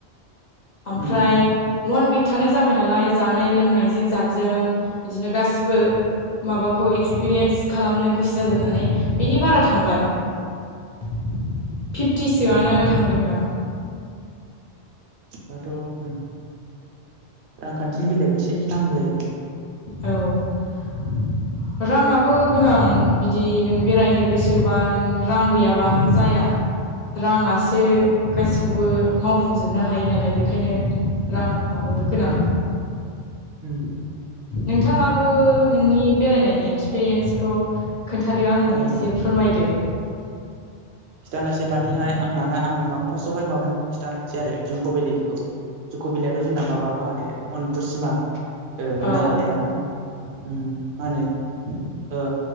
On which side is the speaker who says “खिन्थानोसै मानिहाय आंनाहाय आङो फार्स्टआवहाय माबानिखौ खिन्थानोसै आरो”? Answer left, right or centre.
Right